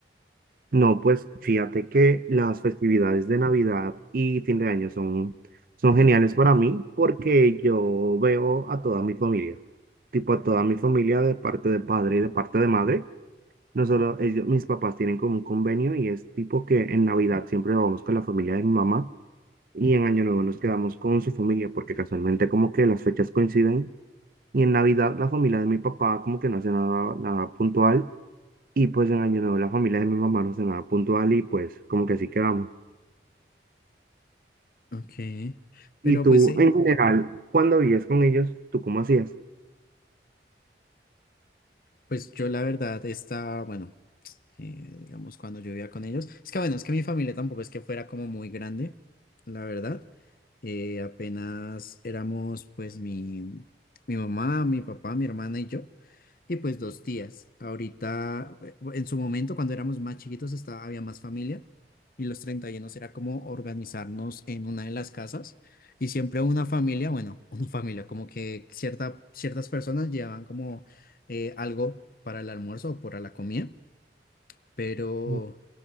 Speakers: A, on the right; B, on the left.
A: No, pues fíjate que las festividades de Navidad y fin de año son, son geniales para mí porque yo veo a toda mi familia, tipo a toda mi familia de parte de padre y de parte de madre. No solo ellos, mis papás tienen como un convenio y es tipo que en Navidad siempre vamos con la familia de mi mamá y en Año Nuevo nos quedamos con su familia porque casualmente como que las fechas coinciden y en Navidad la familia de mi papá como que no hace nada, nada puntual Y pues en Año Nuevo la familia de mi mamá nos cenaba puntual y pues como que así quedamos.
B: Ok. Pero
A: Y tú,
B: pues sí,
A: en general, cuando vivías con ellos, ¿tú cómo hacías?
B: pues yo la verdad estaba, bueno. eh, digamos, cuando yo vivía con ellos. Es que bueno, es que mi familia tampoco es que fuera como muy grande, la verdad. Eh, apenas éramos pues mi, mi mamá, mi papá, mi hermana y yo, y pues dos tías. Ahorita, eh, en su momento, cuando éramos más chiquitos, estaba, había más familia. Y los 31 era como organizarnos en una de las casas. Y siempre una familia, bueno, <laughs> una familia, como que cierta, ciertas personas llevaban como eh, algo para el almuerzo o para la comida pero
A: Mm,